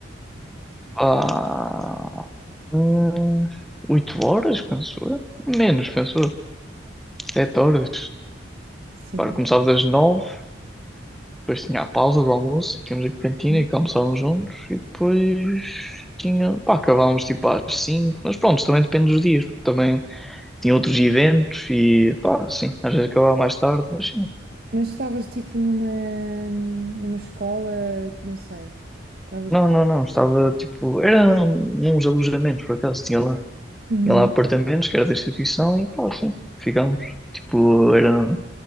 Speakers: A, in the centre; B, on the right (about 50°).
A: Ah, hum, oito horas, penso eu. Menos, penso eu. Sete horas.
B: Sim.
A: Para, começava das nove Depois tinha a pausa do almoço, tínhamos a cantina
B: Sim.
A: e que almoçávamos juntos, e depois tinha, pá, acabávamos tipo às cinco mas pronto, também depende dos dias, porque também tinha outros eventos e pá, sim, às vezes acabava mais tarde, mas sim.
B: Mas estavas tipo numa, numa escola, não sei. Estavas.
A: Não, não, não, estava tipo, era uns alojamentos por acaso, tinha lá,
B: Uhum,
A: tinha lá apartamentos que era da instituição e pá, sim, ficámos. Tipo, era